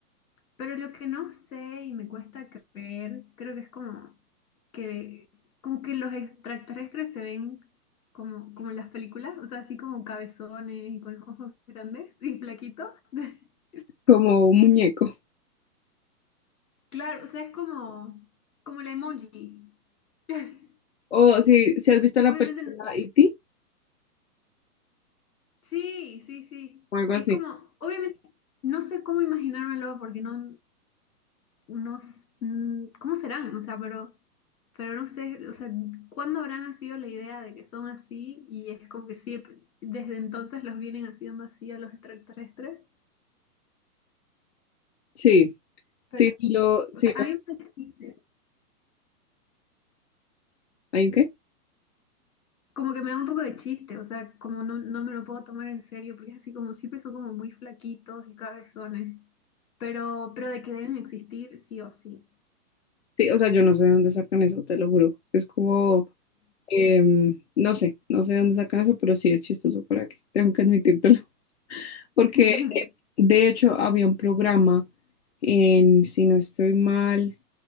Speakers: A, on the left; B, on the left.
A: Pero lo que no sé y me cuesta creer, creo que es como que, como que los extraterrestres se ven como, como en las películas. O sea, así como cabezones y con los ojos grandes y plaquitos. <laughs>
B: Como un muñeco.
A: Claro, o sea, es como, como el emoji. <laughs>
B: O si, si has visto la
A: Obviamente,
B: película
A: no-
B: E.T.
A: sí, sí, sí.
B: o algo así.
A: Es como, obviamente, no sé cómo imaginármelo porque no, no, s- mm, ¿cómo serán? O sea, pero, pero no sé, o sea, ¿cuándo habrá nacido la idea de que son así? Y es como que siempre, desde entonces los vienen haciendo así a los extraterrestres.
B: Sí,
A: Pero,
B: sí, sí lo,
A: o
B: sí
A: sea, a
B: lo-
A: mí me parece...
B: ¿Hay un qué?
A: como que me da un poco de chiste, o sea, como no, no me lo puedo tomar en serio, porque es así como siempre son como muy flaquitos y cabezones, pero, pero de que deben existir sí o sí.
B: Sí, o sea, yo no sé de dónde sacan eso, te lo juro. Es como Em, no sé, no sé de dónde sacan eso, pero sí es chistoso para que tengo que admitírtelo. <laughs> Porque
A: <laughs>
B: eh, de hecho había un programa en, si no estoy mal,